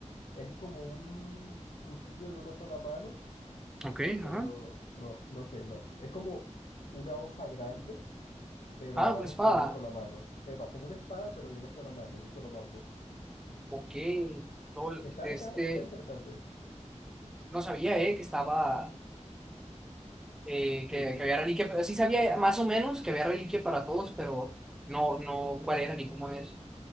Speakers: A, on the left; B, in the centre.
A: Es como un cuchillo de una sola mano,
B: Ok,
A: pero
B: ajá.
A: no, no sé, no. Es como una hoja grande, pero
B: Ah,
A: la agarras
B: una espada.
A: con una sola mano. Epa, como una espada, pero de una sola mano, de un solo mango.
B: Ok. Lol,
A: Está,
B: este,
A: está, está interesante.
B: no sabía, eh, que estaba. eh, que,
A: Sí, sí.
B: que había reliquia, pero sí sabía más o menos que había reliquia para todos, pero no, no cuál era ni cómo es.